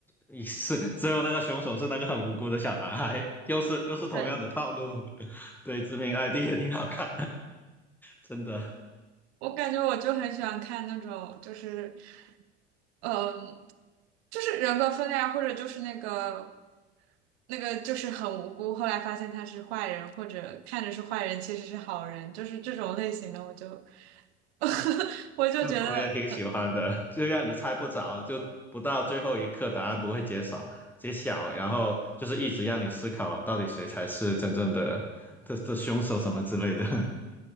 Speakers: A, in the centre; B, on the right (about 65°).
A: 一是最后那个凶手是那个很无辜的小男孩，又是又是同样的套路。
B: 对，
A: <laughs> 对，《致命 ID》也挺好看，真的，
B: 我感觉我就很喜欢看那种，就是，嗯。就是人格分裂啊，或者就是那个那个就是很无辜，后来发现他是坏人，或者看着是坏人，其实是好人，就是这种类型的，我就 <laughs> 我就觉得
A: 那我也挺喜欢的，就让你猜不着，就不到最后一刻答案不会揭晓揭晓，然后就是一直让你思考到底谁才是真正的这这凶手什么之类的 <laughs>